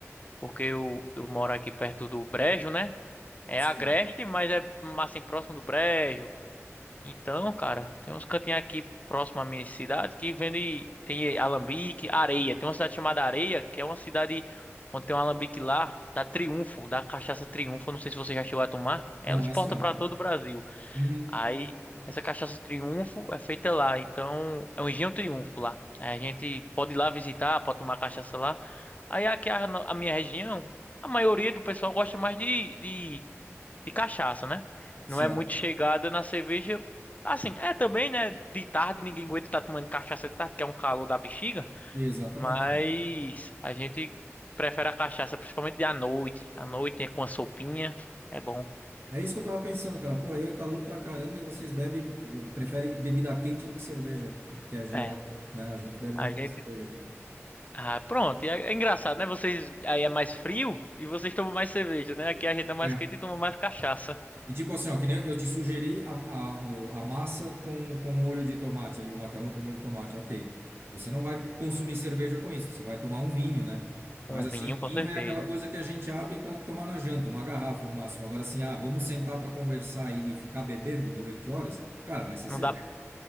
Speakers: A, on the left; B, on the right.
A: Porque eu, eu moro aqui perto do Brejo, né? É
B: Sim.
A: Agreste, mas é assim, próximo do Brejo. Então, cara, tem uns cantinhos aqui próximo à minha cidade que vende. Tem alambique, areia. Tem uma cidade chamada Areia, que é uma cidade onde tem um alambique lá, da Triunfo, da cachaça Triunfo. Não sei se você já chegou a tomar. Ela
B: Não,
A: exporta
B: essa não,
A: para
B: cara.
A: todo o Brasil.
B: Uhum,
A: Aí, essa cachaça Triunfo é feita lá. Então, é um engenho Triunfo lá. Aí a gente pode ir lá visitar, pode tomar cachaça lá. Aí, aqui a, a minha região, a maioria do pessoal gosta mais de, de de cachaça, né?
B: certo.
A: Não é muito chegada na cerveja. Assim, é também, né? De tarde ninguém aguenta estar tomando cachaça de tarde, que é um calor da bexiga.
B: Exatamente.
A: Mas a gente prefere a cachaça, principalmente de à noite. À noite é com a sopinha, é bom.
B: É isso que eu tava pensando, cara. Pô, aí é calor pra caramba e vocês bebem, eh, preferem bebida quente do que cerveja, que é gelada,
A: É,
B: né? A gente bebe
A: a
B: muito
A: gente.
B: cerveja aqui.
A: Ah, pronto. E É, é engraçado, né? Vocês aí é mais frio e vocês tomam mais cerveja, né? Aqui a gente é mais
B: É.
A: quente e toma mais cachaça.
B: E tipo assim, ó, que nem eu te sugeri a, a, o- a massa com, com molho de tomate ali, o macarrão com molho de tomate, ok. Você não vai consumir cerveja com isso, você vai tomar um vinho, né? Mas
A: Um
B: assim,
A: vinho, com
B: vinho
A: certeza.
B: é aquela coisa que a gente abre para tomar na janta, uma garrafa no máximo. Agora assim, ah, vamos sentar para conversar e, e ficar bebendo durante horas? Cara, vai ser
A: Não
B: cerveja.
A: dá